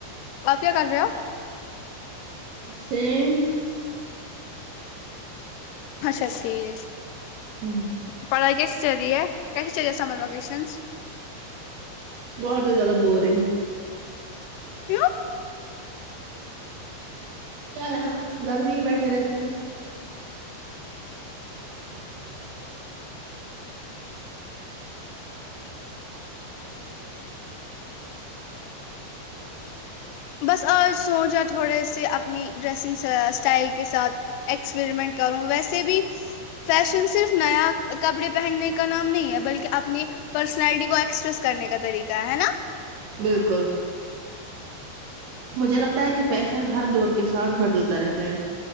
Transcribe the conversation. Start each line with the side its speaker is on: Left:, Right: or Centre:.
Left: آپ کیا کر رہے ہو
Right: سیم
Left: اچھا ٹھیک
Right: ہمم
Left: پڑھائی کیسی چر ری ہے کیسیے چررے سمر ویکیشنس
Right: بہت زیادہ بورنگ
Left: کیوں
Right: کیا یا گر میں ہی بیٹھے رہتے ہیں <inaudible>
Left: بس آج سوچا تھوڑے سے اپنی ڈریسنگ اسٹائل کے ساتھ ایکسپریمنٹ کروں ویسے بھی فیشن صرف نیا کپڑے پہننے کا نام نہیں ہے بلکی اپنی پرسنالٹی کو ایکسپریس کرنے کا طریقہ ہے نا
Right: بالکل مجھے لگتا ہے کی فیشن ہر دور کے ساتھ بدلتا رہتا ہے